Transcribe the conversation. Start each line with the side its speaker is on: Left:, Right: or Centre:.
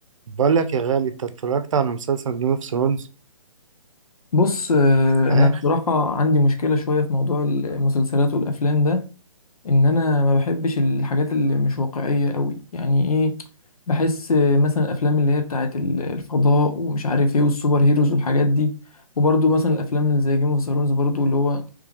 Right: بقول لك يا غالي انت اتفرجت على مسلسل جيم اوف ثرونز
Left: بص آه،
Right: اه
Left: انا بصراحه عندي مشكله شويه في موضوع المسلسلات والافلام ده ان انا ما بحبش الحاجات اللي مش واقعيه قوي يعني ايه بحس آه، مثلا الافلام اللي هي بتاعه ال- الفضاء ومش عارف ايه والسوبر هيروز والحاجات دي وبرده مثلا الافلام اللي زي جيم اوف ثرونز برضو اللي هو